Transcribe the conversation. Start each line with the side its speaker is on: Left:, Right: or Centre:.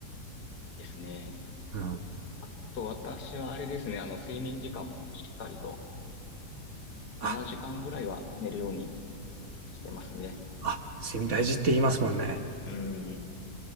Left: ですね。
Right: うん、
Left: あと、私はあれですね。あの、睡眠時間もしっかりと、
Right: あ、
Left: 7時間ぐらいは寝るようにしてますね。
Right: あ、睡眠大事って言いますもんね。
Left: うん。